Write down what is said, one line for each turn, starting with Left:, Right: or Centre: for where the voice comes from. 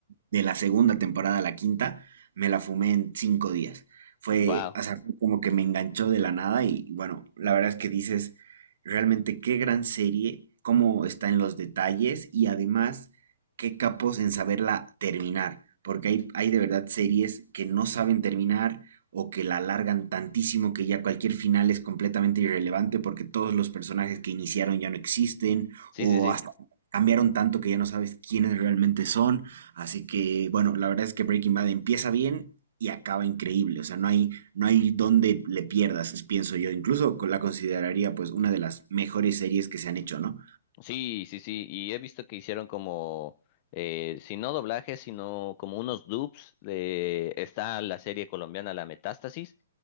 Right: de la segunda temporada a la quinta, me la fumé en cinco días. Fue,
Left: Wow.
Right: o sea, fue como que me enganchó de la nada y bueno, la verdad es que dices, realmente qué gran serie, cómo está en los detalles y además qué capos en saberla terminar, porque hay, hay de verdad series que no saben terminar o que la alargan tantísimo que ya cualquier final es completamente irrelevante porque todos los personajes que iniciaron ya no existen
Left: Sí,
Right: o
Left: sí, sí.
Right: hasta cambiaron tanto que ya no sabes quiénes realmente son. Así que, bueno, la verdad es que Breaking Bad empieza bien y acaba increíble. O sea, no hay, no hay donde le pierdas, es- pienso yo. Incluso co- la consideraría pues una de las mejores series que se han hecho, ¿no?
Left: Sí, sí, sí. Y he visto que hicieron como, eh, si no doblajes, sino como unos dubs de... Está la serie colombiana La Metástasis.